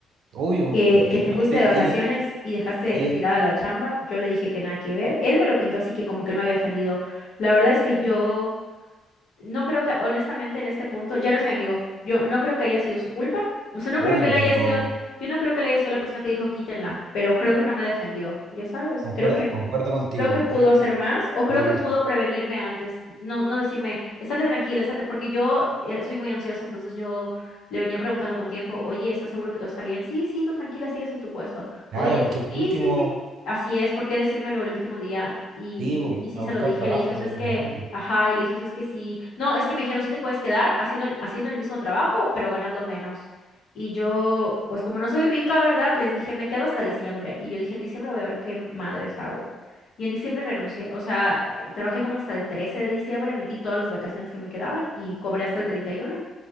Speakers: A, on the right; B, on the left.
A: obvio.
B: que,
A: Y
B: que te
A: aparte,
B: fuiste de vacaciones
A: ellos,
B: y dejaste
A: ellos,
B: tirada la chamba. Yo le dije que nada que ver. Él me lo pintó así que como que él me había ofendido. La verdad es que yo no creo que, honestamente, en este punto, ya no es mi amigo. Yo no creo que haya sido su culpa. O sea, no
A: obvio,
B: creo que él haya
A: pero
B: sido, yo no creo que él haya sido la persona que dijo quítenla, pero creo que no me defendió, ya sabes.
A: concuerdo,
B: Creo que,
A: concuerdo contigo.
B: creo que pudo
A: Él,
B: hacer más o creo
A: es
B: que pudo prevenirme antes. No, no decirme, estate tranquila, estate, porque yo eh, soy muy ansiosa, entonces yo le venía preguntando con tiempo, oye, ¿estás seguro que todo está bien? Sí, sí, tú tranquila, sigues en tu puesto.
A: Claro,
B: Oye, este-
A: porque por
B: sí,
A: último,
B: sí, sí. Así es, ¿por qué decírmelo el último día? Y,
A: sí,
B: y, y sí
A: para
B: se
A: buscar
B: lo dije,
A: trabajo
B: le dije, o sea, es
A: desde
B: que
A: antes.
B: Ajá, y le dije, o sea, es que sí, no, es que me dijeron, sí te puedes quedar haciendo el, haciendo el mismo trabajo, pero ganando menos. Y yo, pues como no soy rica, ¿verdad? Les dije, me quedo hasta diciembre. Y yo dije, en diciembre voy a ver qué madres hago. Y en diciembre renuncié, o sea, eh, trabajé como hasta el 13 de diciembre, metí todas las vacaciones que me quedaban y cobré hasta el 31